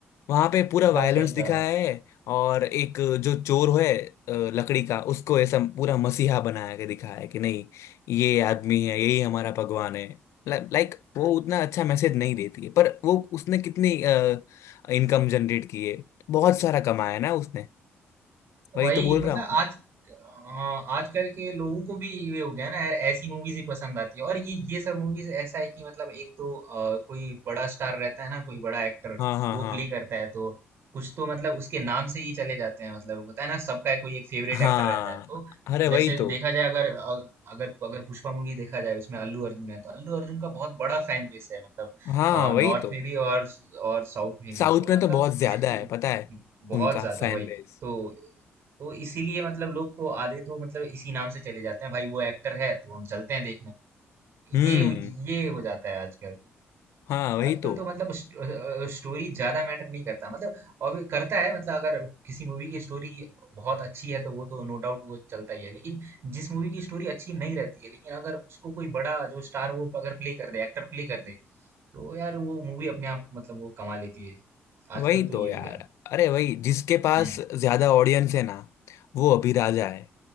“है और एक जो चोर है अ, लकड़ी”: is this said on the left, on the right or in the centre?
Left